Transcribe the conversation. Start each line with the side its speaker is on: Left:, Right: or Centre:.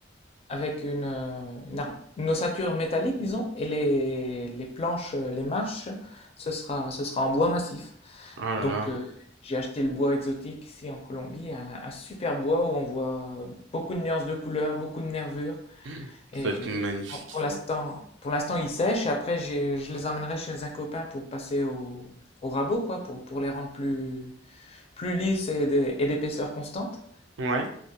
Left: avec une, heu, une ar une ossature métallique disons et les les planches, heu, les marches, ce sera ce sera en bois massif.
Right: Oh là
Left: Donc
Right: là,
Left: heu, j'ai acheté le bois exotique ici en Colombie, un un super bois où on voit beaucoup de nuances de couleurs, beaucoup de nervures.
Right: <clears throat>
Left: Et
Right: ça va être magnifique.
Left: pour pour l'instant, pour l'instant, ils sèchent. Et après, j'ai- je les emmènerai chez un copain pour passer au, au rabot, quoi, pour, pour les rendre plus, plus lisses et d'é- et d'épaisseur constante.
Right: Ouais,